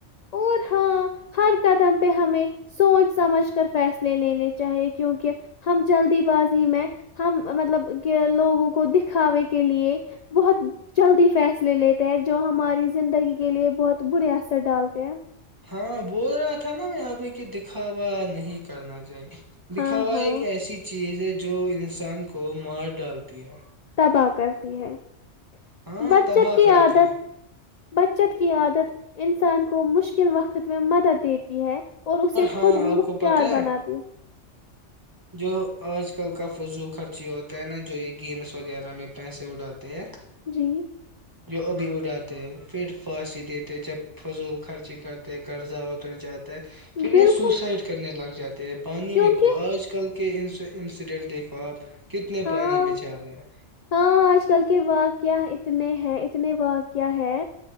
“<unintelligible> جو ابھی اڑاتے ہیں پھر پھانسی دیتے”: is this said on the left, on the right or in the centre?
Right